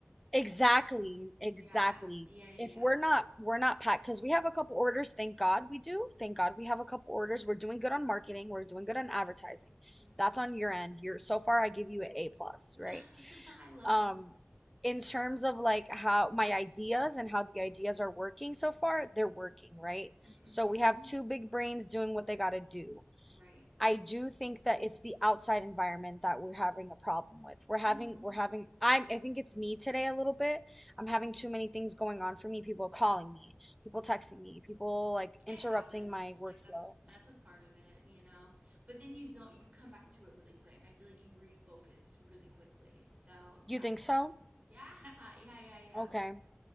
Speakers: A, in the centre; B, on the right.
A: Exactly, exactly.
B: Yeah, yeah, yeah,
A: If
B: yeah.
A: we're not we're not packed because we have a couple orders, thank God we do. Thank God we have a couple orders. We're doing good on marketing, we're doing good on advertising.
B: Mm-hmm.
A: That's on your end. You're so far I give you an A plus,
B: <laughs>
A: right?
B: I love
A: Um,
B: that.
A: in terms of like how my ideas and how the ideas are working so far, they're working, right?
B: Mm-hmm.
A: So we have two big brains doing what they gotta do.
B: Right.
A: I do think that it's the outside environment that we're having a problem with. We're having,
B: Mm-hmm.
A: we're having, I'm, I think it's me today a little bit. I'm having too many things going on for me. People calling me, people texting me, people like
B: It
A: interrupting
B: happens.
A: my workflow.
B: Like that's that's a part of it, you know. But then you zone you come back to it really quick. I feel like you refocus really quickly. So
A: You
B: that's
A: think so?
B: yeah, <laughs> yeah, yeah, yeah.
A: Okay.